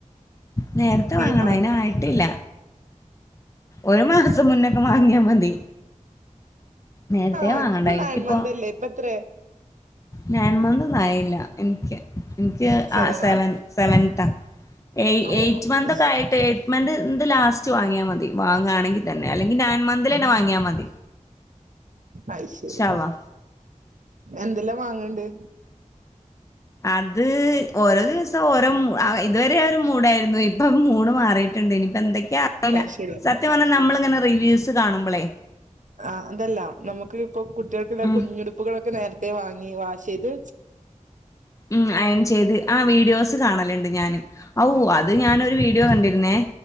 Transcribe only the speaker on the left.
നേരത്തെ വാങ്ങണം
അയിനായി ട്ടില്ല ഒരു മാസം മുന്നേയൊക്കെ വാങ്ങിയാ മതി. നേരത്തെ
വാങ്ങണ്ട
എനിക്കിപ്പോ
നയൻ മന്തോന്നുമായില്ല എനിക്ക് എനിക്ക്
ആ സെവൻ സെവൻതാ ഏയ്
എയ്റ്റ് മന്ത്
ഒക്കെ
ആയിട്ട് മന്ത് എൻഡ് ലാസ്റ്റ് വാങ്ങിയാൽ മതി വാങ്ങാണെങ്കിൽ തന്നെ അല്ലെങ്കിൽ നയൻ മന്തിൽ തന്നെ വാങ്ങിയാൽ മതി.
ഇൻഷാ അള്ളാ
അത് ഓരോ ദിവസം ഓരോ ഇതുവരെ ഒരു മൂടായിരുന്നു ഇപ്പം മൂട് മാറി ട്ടുണ്ട് ഇനിപ്പൊ എന്തൊക്യാ അറിയില്ല
സത്യം പറഞ്ഞാൽ നമ്മളിങ്ങനെ റിവ്യൂസ് കാണുമ്പളേ
ഉം
ഉം അയൺ ചെയ്ത് ആ വീഡിയോസ് കാണലു ഞാന് അത് ഞാന് ഒരു വീഡിയോ കണ്ടിരുന്നേ